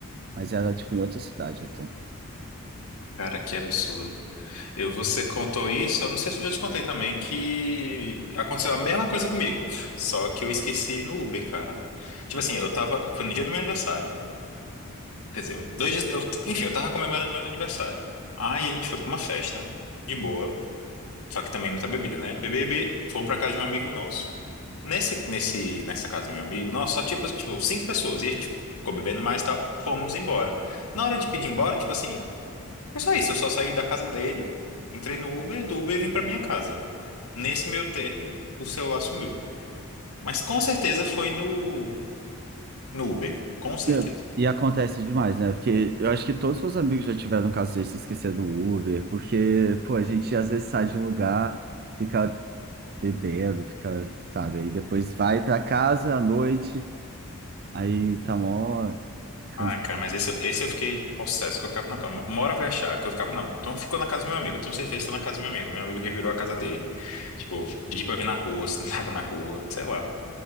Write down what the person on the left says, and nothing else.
Cara, que absurdo. Eu, você contou isso, eu não sei se eu já te contei também, que aconteceu a mesma coisa comigo, <laughs> só que eu esqueci no Uber, cara. Tipo assim, eu tava, foi no dia do meu aniversário. Quer dizer, dois dias. Eu, enfim, eu tava comemorando meu aniversário. Aí a gente foi pra uma festa, de boa. Só que também muita bebida, né? Bebê, bebê, fomos pra casa de um amigo nosso. Nesse, nesse, nessa casa do meu amigo, nossa, só tipo, tipo, cinco pessoas. E a gente ficou bebendo mais e tal. Fomos embora. Na hora de pedir embora, tipo assim, é só isso. Eu só saí da casa dele, entrei no Uber, do Uber vim pra minha casa. Nesse meio tempo, o celular sumiu. Mas com certeza foi no, no Uber. Com certeza.
Ai, cara, mas esse, esse eu fiquei possesso, que eu ficava, não, cara, uma hora vai achar, que eu ficava, não, então ficou na casa do meu amigo, tenho certeza que tá na casa do meu amigo, meu amigo revirou a casa dele, tipo, pedi pra vir na rua, <laughs> se não tava na rua, sei lá,